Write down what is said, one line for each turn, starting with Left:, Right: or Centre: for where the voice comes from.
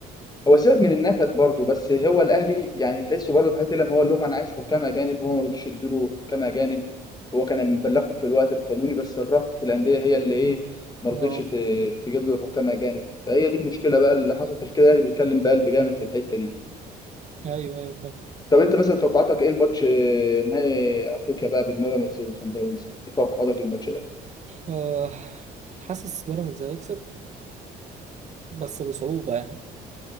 Left: هو سيبك من النكد برضه بس هو الاهلي يعني تحسه برضه في حته لما هو قال لهم انا عايز حكام اجانب هو ما رضوش يدوا حكام اجانب هو كان مبلغهم في الوقت القانوني بس الرابطه الانديه هي اللي ايه ما رضتش
Right: اه
Left: ت- تجيب له حكام اجانب فهي دي المشكله بقى اللي حصلت عشان كده الاهلي بيتكلم بقلب جامد في الحته دي
Right: ايوه ايوه فاهم
Left: طب انت مثلا توقعاتك ايه الماتش آه، نهائي افريقيا بقى بين بيراميدز وصن داونز ايه توقعاتك للماتش ده؟
Right: آه، حاسس بيراميدز هيكسب بس بصعوبه يعني